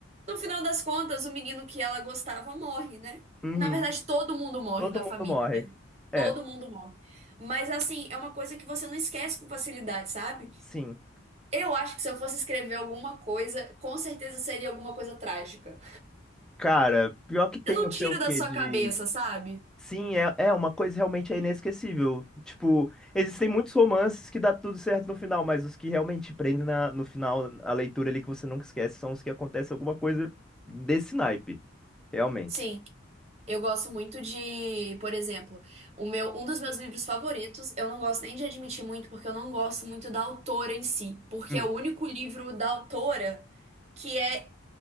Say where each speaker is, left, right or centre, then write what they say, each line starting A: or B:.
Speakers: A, on the right (about 30°); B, in the centre.
A: No final das contas, o menino que ela gostava morre, né?
B: Uhum.
A: Na verdade, todo mundo morre
B: Todo
A: da
B: mundo
A: família.
B: morre. É,
A: Todo mundo morre. Mas assim, é uma coisa que você não esquece com facilidade, sabe?
B: sim.
A: Eu acho que se eu fosse escrever alguma coisa, com certeza seria alguma coisa trágica.
B: Cara, pior que tem
A: Você não
B: não
A: tira
B: sei o quê
A: da sua
B: de
A: cabeça, sabe?
B: Sim, é, é uma coisa realmente é inesquecível. Tipo, existem muitos romances que dá tudo certo no final, mas os que realmente prendem na- no final a leitura ali que você nunca esquece são os que acontece alguma coisa desse naipe, realmente.
A: Sim, eu gosto muito de, por exemplo, o meu, um dos meus livros favoritos, eu não gosto nem de admitir muito, porque eu não gosto muito da autora em si, porque
B: Hum,
A: é o único livro da autora que é